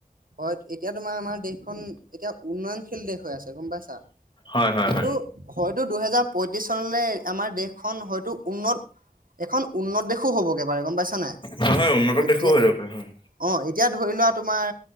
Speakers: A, on the right; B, on the left.
A: হয়, এতিয়া তোমাৰ আমাৰ দেশখন এতিয়া উন্নয়নশীল দেশ হৈ আছে, গম পাইছা?
B: হয় হয়
A: কিন্তু,
B: হয়
A: হয় টো দুহেজাৰ পয়ত্ৰিছ চনলে আমাৰ দেশখন হয়তো উন্নত! এখন উন্নত দেশো হ'বগে পাৰে গম পাইছা নে নাই?
B: হয় হয় উন্নত
A: এতিয়া,
B: দেশো হৈ যাব পাৰে হয়
A: অ'। এতিয়া ধৰি লোৱা তোমাৰ,